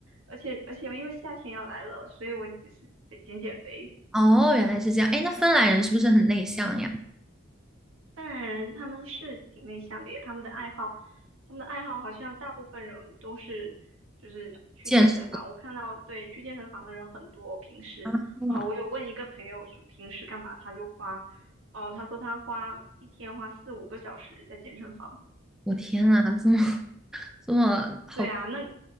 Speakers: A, on the right (about 85°); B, in the centre.
A: 而且而且因为夏天要来了，所以我就是得减减肥。
B: 哦，原来是这样。哎，那芬兰人是不是很内向呀？
A: 当然，他们是挺内向的耶他们的爱好，他们的爱好好像大部分人都是就是去健身房。
B: 健身
A: 我看到，对，去健身房的人很多。平时，
B: 啊，哇
A: 呃，我有问一个朋友说平时干嘛，他就花，哦、他说他花一天花四五个小时在健身房。
B: 我天呐，这么这么好，
A: 对啊，那嗯，